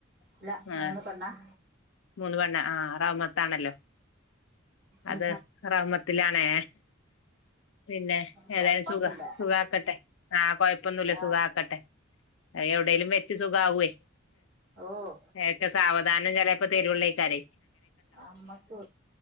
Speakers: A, on the right; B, on the left.
A: ഇല്ല
B: ആഹ്
A: മൂന്ന് പെണ്ണാ
B: മൂന്ന് പെണ്ണ് ആ റഹ്മത്താണല്ലോ
A: ഓ
B: അതെ റഹ്മത്തിലാണേ പിന്നെ
A: കൊഴപ്പൊന്നുമില്ല
B: ഏതായാലും സുഖ സുഖ ആക്കട്ടെ ആ കൊഴപ്പൊന്നു
A: ആ
B: സുഖ ആക്കട്ടെ അത് എവിടെലും വെച്ച് സുഖ ആവൊയ്
A: ഓഹ്
B: ഏക്കെ സാവധാനം ചെലേപ്പോ തെരൊള്ളെയ്ക്കാരെ
A: അമ്മക്ക്